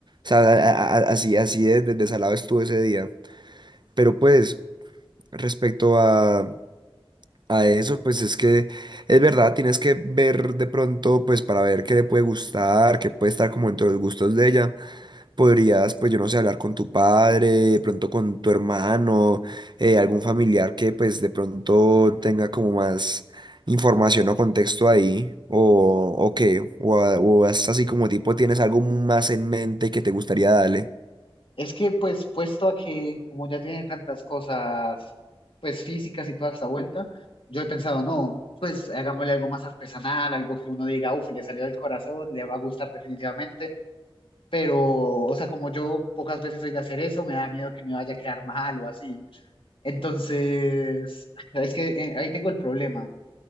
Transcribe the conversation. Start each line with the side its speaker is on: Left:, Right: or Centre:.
Right: sea, a- a- a- así, así de, de desalado estuve ese día, pero pues respecto a a eso, pues es que es verdad, tienes que ver de pronto, pues para ver qué le puede gustar, qué puede estar como dentro de los gustos de ella, podrías, pues yo no sé, hablar con tu padre, de pronto con tu hermano, eh, algún familiar que pues de pronto tenga como más información o contexto ahí, o, o qué, o, a- o es así como tipo tienes algo más en mente que te gustaría darle.
Left: Es que pues puesto a que como ya tiene tantas cosas pues físicas y toda esta vuelta, yo he pensado, no, pues hagámosle algo más artesanal, algo que uno diga, uff, le salió del corazón, le va a gustar definitivamente, pero o sea, como yo pocas veces soy de hacer eso, me da miedo que me vaya a quedar mal o así. Entonces, es que eh, ahí tengo el problema.